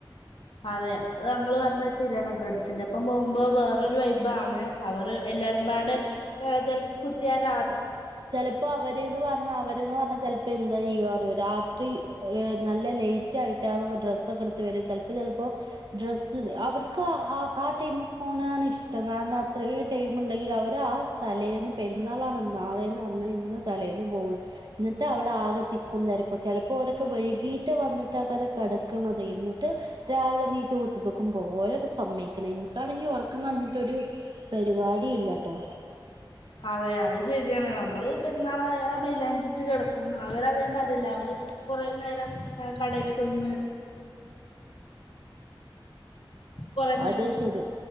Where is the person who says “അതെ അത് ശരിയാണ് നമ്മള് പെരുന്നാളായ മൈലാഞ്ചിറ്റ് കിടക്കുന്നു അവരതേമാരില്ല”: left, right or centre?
Left